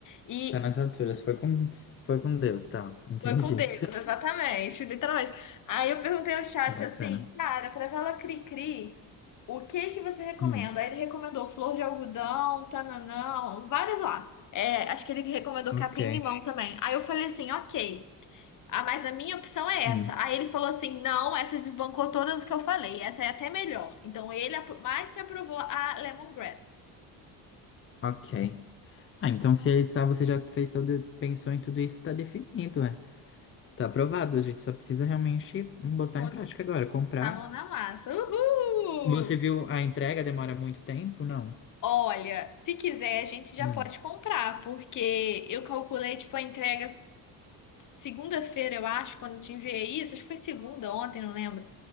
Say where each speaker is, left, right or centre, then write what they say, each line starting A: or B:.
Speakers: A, on the left; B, on the left.
A: E
B: Tá nas alturas. Foi com, foi com Deus, tá. Entendi.
A: foi com Deus, exatamente, <laughs> literalmente. Aí eu perguntei ao chat
B: Bacana.
A: assim, cara, pra vela cri-cri, o que que você recomenda?
B: Hum,
A: Aí ele recomendou flor de algodão, tananão, várias lá. É, acho que ele recomendou
B: ok.
A: capim-limão também. Aí eu falei assim, ok. Ah, mas a minha opção é essa.
B: Hum,
A: Aí ele falou assim: não, essa desbancou todas as que eu falei. Essa é até melhor. Então ele apro- mais que aprovou a Lemongrass.
B: ok. Ah, então se ele- tá, você já fez todo, pensou em tudo isso, tá definido, é. Tá aprovado. A gente só precisa realmente botar
A: Botar
B: em prática agora, comprar.
A: a mão na massa. Uhul!
B: Você viu a entrega demora muito tempo? Não.
A: Olha, se quiser, a gente já
B: Hum.
A: pode comprar, porque eu calculei, tipo, a entrega s- segunda-feira, eu acho, quando eu te enviei isso. Acho que foi segunda, ontem, não lembro.